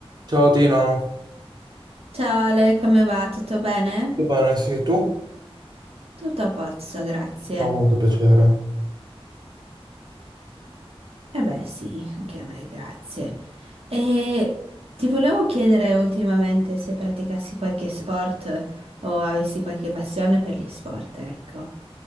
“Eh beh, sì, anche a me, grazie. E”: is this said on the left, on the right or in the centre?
Right